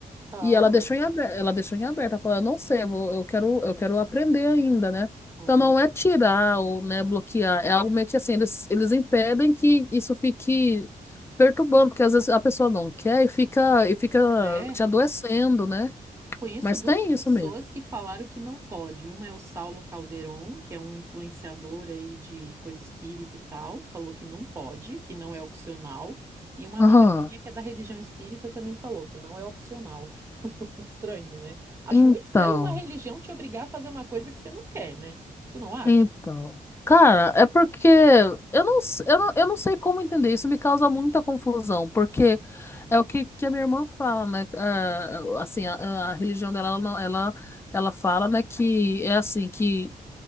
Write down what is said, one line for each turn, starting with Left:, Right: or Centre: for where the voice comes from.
Right: oh,
Left: E ela deixou em aberto, ela deixou em aberto, ela falou, eu não sei, eu, vou- eu quero, eu quero aprender ainda, né?
Right: olha.
Left: Então não é tirar ou, né, bloquear, é algo meio que assim, eles, eles impedem que isso fique perturbando, porque às vezes a pessoa não quer e fica, e fica
Right: É.
Left: te adoecendo, né?
Right: Conheço
Left: Mas
Right: duas
Left: tem
Right: pessoas
Left: isso mesmo.
Right: que falaram que não pode. Uma é o Saulo Calderon, que é um influenciador aí de coisa espírita e tal, falou que não pode, que não é opcional. E uma
Left: Aham.
Right: amiga minha que é da religião espírita também falou que não é opcional. <laughs> Estranho, né? Acho
Left: Então,
Right: muito estranho uma religião te obrigar a fazer uma coisa que você não quer, né? Tu não acha?
Left: então. Cara, é porque eu não, s- eu não, eu não sei como entender, isso me causa muita confusão, porque É o que, que a minha irmã fala, né? Ah, assim, a, a religião dela, ela, não- ela, ela fala, né, que é assim, que